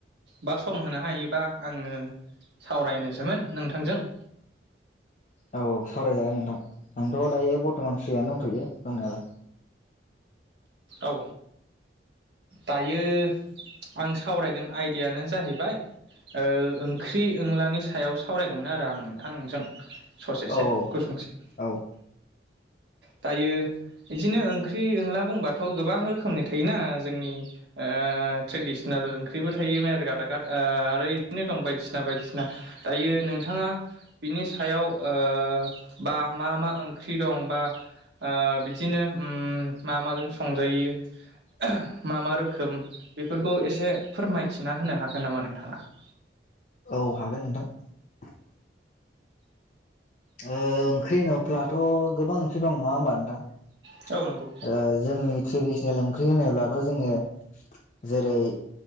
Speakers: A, on the right; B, on the left.
A: बा सम होनो हायोबा आङो सावरायनोसोमोन नोंथांजों। <inaudible>
B: औ सावरायजागोन नोंथां आंथ' दायो बरथ'मान फ्रियानो दंथ'यो दंनायालाय।
A: औ दायो आं सावरायगोन आयदायानो जाहैबाय ओ ओंख्रि ओंलानि सायाव सावरायगौमोन आरो आं नोंथां नोंजों। ससेसे
B: औ
A: गुसुंसे
B: औ
A: दायो बिदिनो ओंख्रि ओला बुंबाथ' गोबां रोखोमनि थायोना जोंनि ओ ओ ट्रेडिसनेल ओंख्रिबो थायो मेर-गादागाद ओ आरो इदिनो दं बायदिसिना बायदिसिना दायो नोंथाङा बिनि सायाव औ बा मा मा ओंख्रि दं बा ओ बिदिनो उम मा-माजों संजायो मा मा रोखोम बेफोरखौ एसे फोरमायथिना होनो हागोन नामा नोंथाङा? <inaudible>
B: औ हागोन नोंथां। ओंख्रि होनोब्लाथ' गोबां ओंख्रि दं नङा होमबा नोंथां?
A: औ नंगौ
B: जोंनि ट्रेडिस नेल ओंख्रि होनोब्लाथ' जोङो जेरै